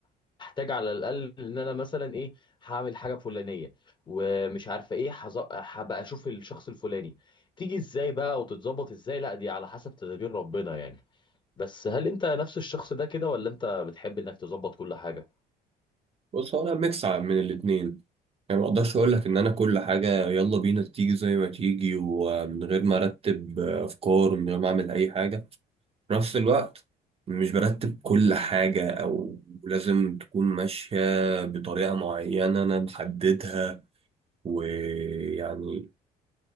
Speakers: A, on the left; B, on the right.
A: هحتاج على الاقل ان انا مثلا ايه هعمل حاجه فلانيه ومش عارفه ايه هز- هبقى اشوف الشخص الفلاني تيجي ازاي بقى وتتظبط ازاي لا دي على حسب تدابير ربنا يعني بس هل انت نفس الشخص ده كده ولا انت بتحب انك تظبط كل حاجه
B: بص هو انا ميكس من الاتنين يعني ما اقدرش اقول لك ان انا كل حاجة يلا بينا تيجي زي ما تيجي ومن غير ما ارتب آه، افكار من غير ما اعمل اي حاجة في نفس الوقت مش برتب كل حاجة أو لازم تكون ماشية بطريقة معينة أنا محددها ويعني